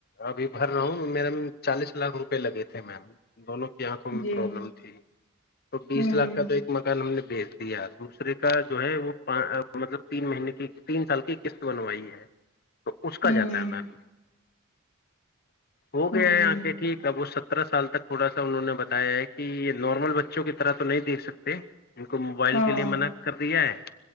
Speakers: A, on the left (about 45°); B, on the left (about 65°).
A: ابھی بھر رہا ہوں میرا چالیس لاکھ روپئے لگے تھے تھے میم دونوں کی آنکھوں میں
B: جی
A: پرابلم تھی تو
B: ہوں
A: بیس لاکھ کا تو ایک مکان ہم نے بیچ دیا کا جو ہے وہ مطلب تین مہینے کی تین سال کی قسط بنوائی ہے تو اس کا
B: ہوں
A: جاتا ہے میم ہو
B: ہوں
A: گیا ہے یہاں کے ٹھیک ہے وہ سب سترہ سال تک تھوڑا سا انہوں نے بتایا ہے کہ نارمل بچوں کی طرح تو نہی سںیکھ سکتے ان
B: ہاں
A: لیے منع کر دیا ہے